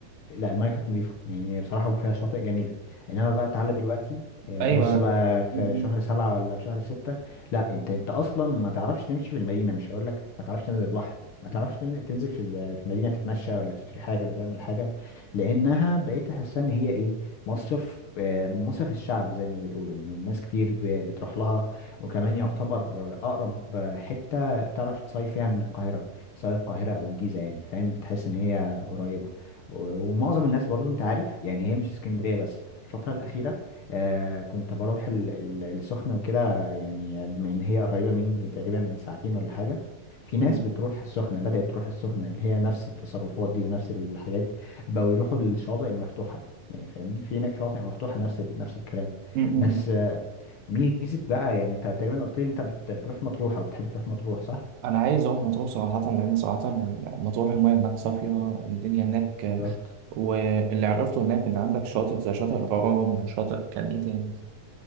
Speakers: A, on the left; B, on the right.
A: لا المايه كانت نظيفه يعني بصراحه فيها شاطئ جميله انما بقى تعالى دلوقتي آه،
B: ايوه
A: بص بقى في
B: م- م-
A: شهر سبعة ولا في شهر ستة لا انت انت اصلا ما تعرفش تمشي في المدينه مش هقول لك ما تعرفش تنزل البحر ما تعرفش تن- تنزل في ال- في المدينه تتمشى ولا تشتري حاجه ولا تعمل حاجه لانها بقيت احسها ان هي ايه مصيف آه، مصيف الشعب زي ما بيقولوا انه الناس كتير ب- بتروح لها وكمان يعتبر اقرب حته تعرف تصيف فيها من القاهره سواء القاهره او الجيزه يعني فاهم بتحس ان هي قريبه ومعظم الناس برضو انت عارف يعني هي مش اسكندرية بس الفترة الأخيرة آه كنت بروح ال- ال- السخنة وكده يعني بما إن هي قريبة مني تقريبا ساعتين ولا حاجة في ناس
B: م-
A: بتروح السخنة بدأت تروح السخنة اللي هي نفس التصرفات دي ونفس الحاجات بقوا يروحوا للشواطئ المفتوحة يعني فاهمني في هناك شواطئ مفتوحة نفس ال- نفس الكلام
B: م- م-
A: بس
B: م.
A: آه، ميزة بقى يعني انت تقريبا قلت لي انت بت- بتروح مطروح او بتحب تروح مطروح صح؟
B: انا عايز اروح مطروح صراحه لان صراحه مطروح المياه هناك صافيه الدنيا هناك
A: بالظبط
B: واللي عرفته هناك ان عندك شاطئ زي شاطئ الغرام وشاطئ كان ايه تاني